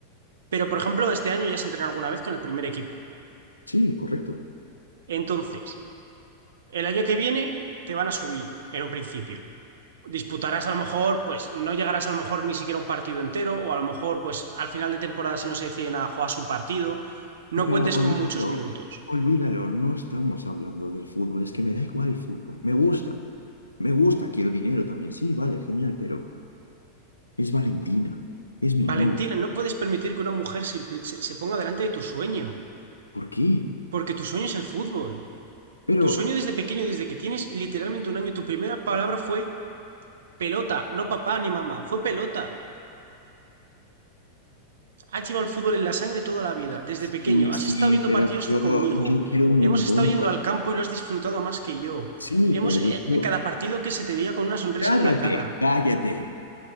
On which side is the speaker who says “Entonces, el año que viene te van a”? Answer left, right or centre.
Right